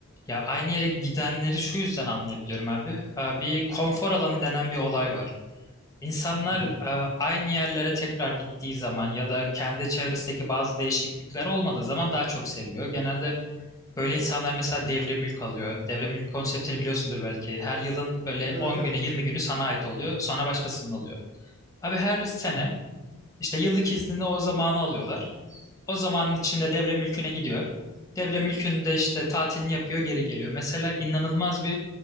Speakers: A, on the left; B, on the right.
A: Ya aynı yere gidenleri şu yüzden anlayabiliyorum abi. Ee, Bir konfor alanı denen bir olay var. İnsanlar
B: Hı hı.
A: e, aynı yerlere tekrar gittiği zaman ya da kendi çevresindeki bazı değişiklikler olmadığı zaman daha çok seviyor. Genelde böyle insanlar mesela devre mülk alıyor. Devre mülk konseptini biliyorsundur belki. Her yılın böyle
B: Evet
A: 10
B: evet.
A: günü 20 günü sana ait oluyor sonra başkasının oluyor. Abi her sene
B: Hı hı.
A: işte yıllık iznini o zamanı alıyorlar. O zamanın içinde devre mülküne gidiyor. Devre mülkünde işte tatilini yapıyor, geri geliyor. Mesela inanılmaz bir